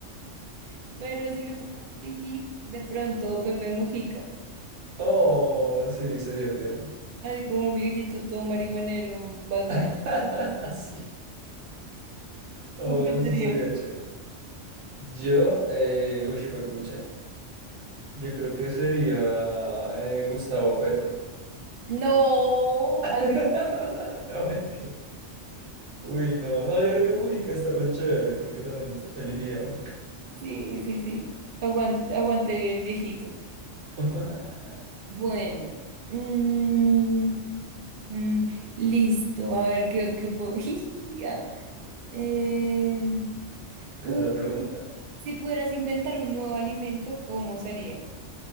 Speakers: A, on the right (about 55°); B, on the right (about 70°).
A: <laughs> Pero si me toca elegir, de pronto Pepe Mujica.
B: Oh, sí, sería tierno.
A: Así como un viejito todo marihuanero, bacán.
B: <laughs> Sí. Oh,
A: Súper
B: eso
A: serio.
B: sería chévere. Yo, eh, uy, fue pucha. Yo creo que sería eh, Gustavo Petro.
A: No,
B: <laughs>
A: al-
B: No, mentira. Uy, no. No, yo creo que Mujica está re chévere. Creo que también elegiría Mujica.
A: sí, sí, sí. Aguan- Aguante, el viejito.
B: <laughs>
A: Bueno. Mm, mm, listo. A ver qué, qué puedo- <laughs> Jijiji, ah. Em,
B: ¿Qué
A: uy,
B: otra pregunta?
A: si pudieras inventar un nuevo alimento, ¿cómo sería?